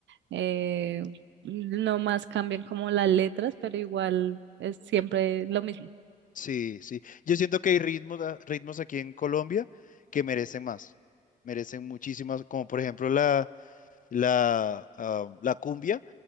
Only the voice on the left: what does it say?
sí, sí. Yo siento que hay ritmos, a- ritmos aquí en Colombia que merecen más. Merecen muchísimas, como por ejemplo la, la, ah, la cumbia.